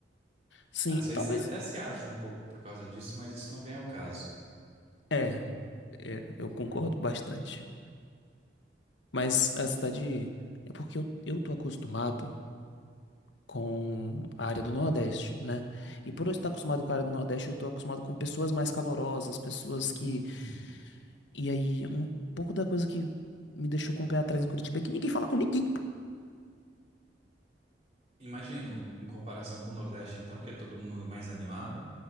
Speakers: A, on the left; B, on the right.
A: Sim,
B: Às vezes
A: talvez.
B: ele até se acha um pouco por causa disso, mas isso não vem ao caso.
A: É, é, eu concordo bastante. Mas a cidade. É porque eu, eu tô acostumado com a área do Nordeste, né? E por eu estar acostumado com a área do Nordeste, eu tô acostumado com pessoas mais calorosas, pessoas
B: Hum,
A: que. E aí, um pouco da coisa que me deixou com o pé atrás em Curitiba é que ninguém fala com ninguém.
B: imagino, em comparação com o Nordeste, então, que é todo mundo mais animado.